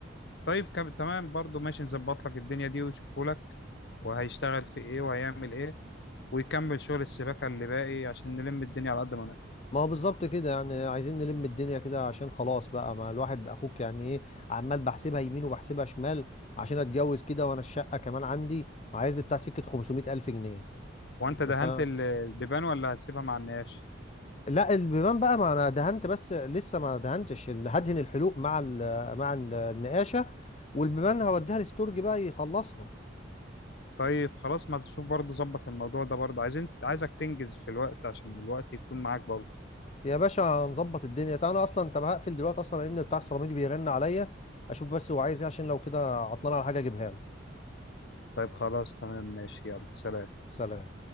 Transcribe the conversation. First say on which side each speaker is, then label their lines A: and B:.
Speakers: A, on the left; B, on the left.
A: طيب كم... تمام برضه ماشي نظبط لك الدنيا دي ويشوفوا لك وهيشتغل في ايه وهيعمل ايه ويكمل شغل السباكه اللي باقي عشان نلم الدنيا على قد ما نقدر
B: ما هو بالظبط كده يعني عايزين نلم الدنيا كده عشان خلاص بقى ما الواحد اخوك يعني ايه عمال بحسبها يمين وبحسبها شمال عشان اتجوز كده وانا الشقة كمان عندي عايز لي بتاع سكة 500 الف جنيه
A: هو انت دهنت
B: ف
A: ال- البيبان ولا هتسيبها مع النقاش
B: لا البيبان بقى ما انا دهنت بس لسه ما دهنتش ال- هدهن الحلوق مع ال مع ال- النقاشة والبيبان هوديها الاستورج بقى يخلصها
A: طيب خلاص ما تشوف برضه ظبط الموضوع ده برضه عايزين عايزك تنجز في الوقت عشان الوقت يكون معاك برضه
B: يا باشا هنظبط الدنيا تعالى انا اصلا طب هقفل دلوقتي اصلا لان بتاع السيراميك بيرن عليا اشوف بس هو عايز ايه عشان لو كده عطلان على حاجه اجيبها له
A: طيب خلاص تمام ماشي يلا سلام
B: سلام